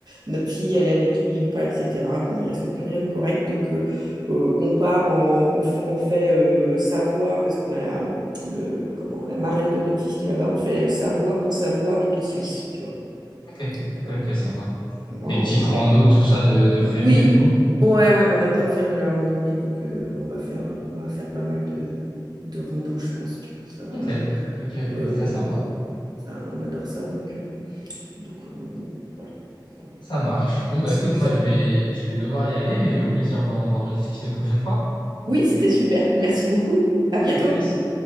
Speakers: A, on the right; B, on the left.
A: notre fille allait avec lui ou pas, etc. Bon, il restait plus rien de correct. Donc, euh, euh, on part en... On, fa- on fait euh, Savoie parce qu'on a la... Le, le- comment, la marraine de notre fils qui est là-bas, on fait Savoie, Haute-Savoie et puis Suisse, tu vois.
B: Ok,
A: Donc,
B: ok,
A: euh,
B: ok, sympa.
A: on,
B: Des petites randos, tout ça de, de prévu
A: oui,
B: du coup?
A: ouais, ouais, on adore faire de la randonnée, donc euh, on va faire, euh, on va faire pas mal de, de rando, je pense, tu vois. Ça, euh,
B: Ok, ok, ok,
A: le-
B: très sympa.
A: ça, on adore ça, donc, euh, donc euh, bon, voilà. écoute,
B: Ça marche. Bon, bah
A: ça-
B: écoute, moi
A: ça-
B: je
A: ça-
B: vais, je vais devoir y aller, mais au plaisir d'en d'en rediscuter une prochaine fois.
A: Oui, c'était super. Merci beaucoup. À bientôt.
B: À plus.